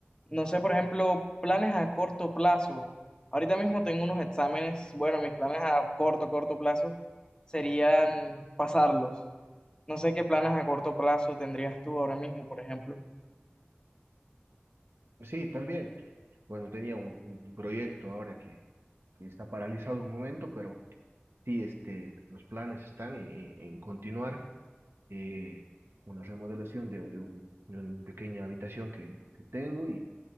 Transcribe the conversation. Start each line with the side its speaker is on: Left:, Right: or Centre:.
Left: No sé, por ejemplo, planes a corto plazo. Ahorita mismo tengo unos exámenes. Bueno, mis planes a corto, corto plazo serían pasarlos. No sé qué planes a corto plazo tendrías tú ahora mismo, por ejemplo.
Right: Sí, también. Bueno, tenía un, un proyecto ahora que, que está paralizado un momento, pero sí, este, los planes están en, en continuar eh, una remodelación de, de, un- de una pequeña habitación que, que tengo y